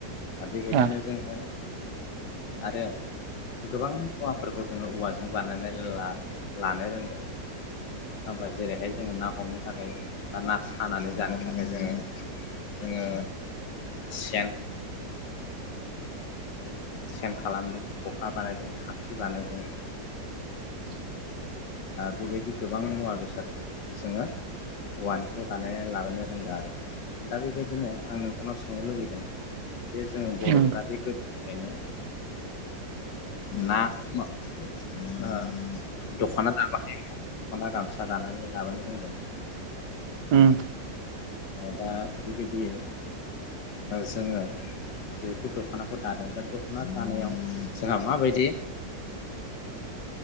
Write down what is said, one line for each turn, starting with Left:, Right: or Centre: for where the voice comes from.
Left: आदि बदिनो
Right: ओ
Left: जोा आरो गोबां न फोरफोरखौ जोङो औवाजों बानायनानै लानो रोंदों हङबा जेरैहाय जोङो ना हमनो थाखाय बा ना सानानै जानो थाखाय जोङो जोङो सेन सेन खालामदों खखा बानायदों खाखि बानायदों बेबायदि गोबां मुवा बेसाद जोङो औवानिखौ बानायनानै लाबोनो रोंदों आरो दा बेबायदिनो आं नोंथांनाव सोंनो लुबैदों बेे जोङो बर'फ्रा
Right: उम
Left: बे बेओंखायनो ना म दखाना दख'ना गामसा दानानै लाबोनो रोंदों
Right: उम
Left: दा बेबायदियै जोङो जिहेथु दख'नाखौ दादों दा दख'ना दानायाव जोंहा माबायदि